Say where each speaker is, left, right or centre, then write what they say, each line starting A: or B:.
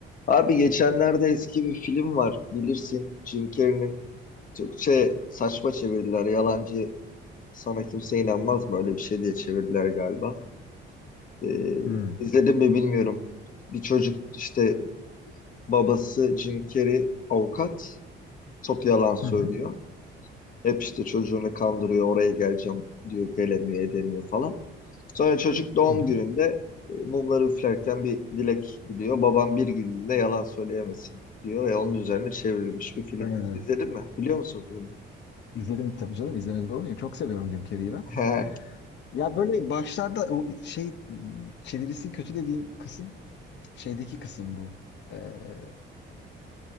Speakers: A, on the left (about 45°); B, on the left (about 65°).
A: Abi geçenlerde eski bir film var bilirsin Jim Carrey'nin Türkçe saçma çevirdiler yalancı sana kimse inanmaz mı öyle bir şey diye çevirdiler galiba. Ee,
B: Hmm.
A: izledim mi bilmiyorum. Bir çocuk işte babası Jim Carrey avukat çok yalan söylüyor.
B: Hı hı.
A: Hep işte çocuğunu kandırıyor, oraya geleceğim diyor, gelemiyor, edemiyor falan. Sonra çocuk doğum
B: Hı hı.
A: gününde e, mumları üflerken bir dilek diliyor. Babam bir günlüğüne yalan söyleyemesin diyor ve onun üzerine çevrilmiş bir film.
B: Evet.
A: İzledin mi? Biliyor musun filmi?
B: İzledim tabii canım. İzlemez olur muyum? Çok seviyorum Jim Carrey'i ben.
A: <laughs> He.
B: Ya böyle başlarda o şey m, çevirisi kötü dediğim kısım şeydeki kısım bu. Ee,